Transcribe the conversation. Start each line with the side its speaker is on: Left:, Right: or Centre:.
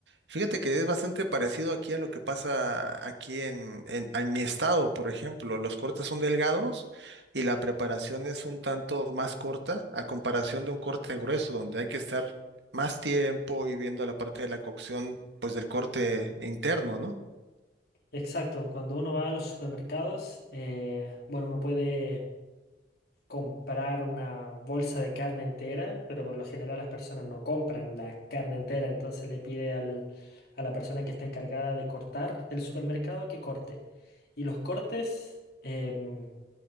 Right: Fíjate que es bastante parecido aquí a lo que pasa aquí en, en, en mi estado, por ejemplo. Los cortes son delgados y la preparación es un tanto más corta a comparación de un corte grueso, donde hay que estar más tiempo y viendo la parte de la cocción, pues del corte interno, ¿no?
Left: Exacto, cuando uno va a los supermercados, eh, bueno, uno puede comprar una bolsa de carne entera, pero por lo general las personas no compran la carne entera, entonces le pide al- a la persona que está encargada de cortar del supermercado que corte. Y los cortes, em,